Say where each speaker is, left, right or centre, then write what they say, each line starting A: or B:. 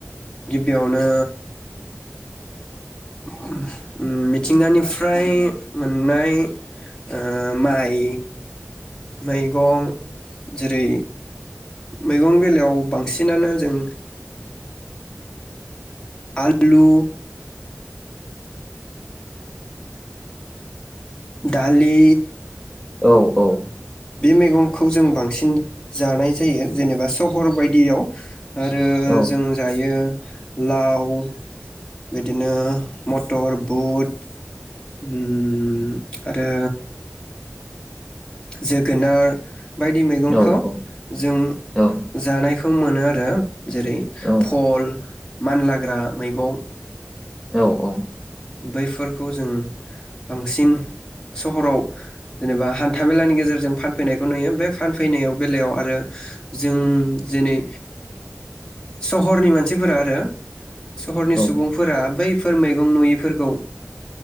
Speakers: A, on the left; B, in the centre.
A: गिबियावनो ओम मिथिंगानिफ्राय मोननाय ओह माइ मैगं जेरै मैगंनि बेलायाव बांसिनानो जों आलु दालि
B: औ औ ।
A: बे मेगंखौ जों बांसिन जानाय जायो जेनेबा सहर बायदियाव आरो
B: औ
A: जों जायो लाव बिदिनो मटर बुट उम आरो जोगोनार बायदि मैगंखौ
B: औ औ
A: जों
B: औ
A: जानायखौ खौ मोनो आरो । जेरै
B: औ
A: भल मानलाग्रा मैगं
B: औ औ ।
A: बैफोरखौ जों बांसिन सहराव जेनेबा हान्थामेलानि गेजेरजों फानफैनायखौ नुयो बे फानफैनायाव बेलायाव आरो जों दिनै सहरनि मानसिफोरा आरो । सहरनि
B: औ
A: सुबुंफोरा बै फोर मैगं नुयो फोरखौ